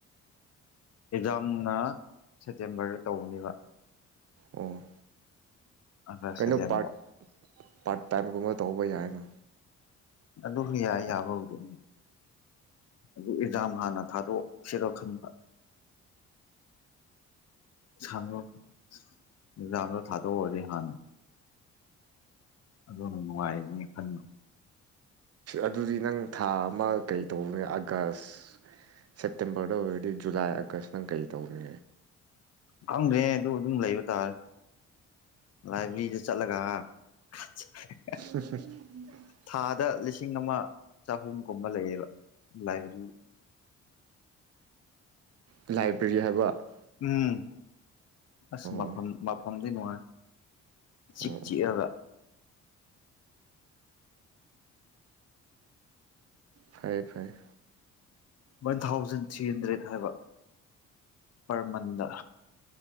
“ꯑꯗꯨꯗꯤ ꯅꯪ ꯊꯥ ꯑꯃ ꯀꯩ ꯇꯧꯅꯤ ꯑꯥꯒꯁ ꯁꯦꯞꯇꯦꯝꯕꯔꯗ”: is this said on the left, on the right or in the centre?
Right